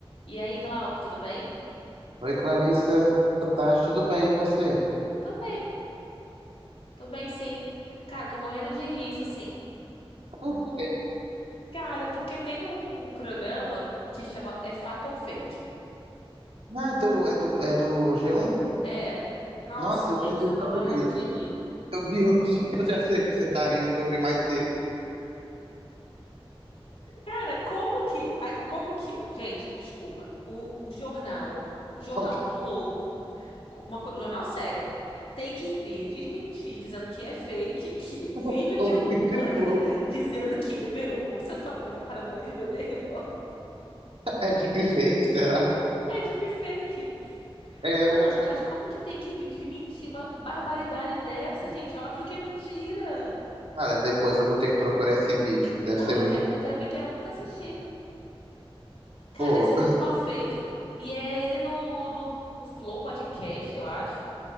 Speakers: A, on the left; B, on the right.
A: E aí, Glauco, tudo bem?
B: Oi, Clarissa. Boa tarde, tudo bem, e você?
A: Tô bem, tô bem sim. Cara, tô morrendo de rir, isso sim.
B: Por quê?
A: Cara, porque tem um programa que chama É Fato ou Fake?
B: Ah, é do, é do, é do G1?
A: É. Nossa,
B: Nossa,
A: gente,
B: eu vejo isso
A: eu tô
B: todo
A: morrendo
B: dia.
A: de rir.
B: Eu vi hoje, <laughs> eu já sei que você tá rindo, que eu vi mais cedo.
A: Cara, como que, a- como que, gente, me desculpa, o, o jornal, o jornal
B: Alguém
A: Globo, uma co- jornal sério, tem que vir desmentir, dizendo que é fake, que vídeo
B: tá ouvindo
A: de Lula
B: de novo.
A: <laughs> dizendo que liberou Bolsa Família para mães de bebê reborn
B: É deepfake, será?
A: é deepfake.
B: É,
A: Mano,
B: eu...
A: mas como que tem que vir de mentir uma barbaridade dessa, gente? É Óbvio que é mentira.
B: Cara, depois eu vou ter que procurar esse vídeo, que deve
A: Não,
B: ser
A: eu
B: muito...
A: quero, eu também
B: <laughs>
A: quero muito assistir. Cara,
B: Pô.
A: deve ser muito mal feito. E é ele no, no, no Flow Podcast, eu acho.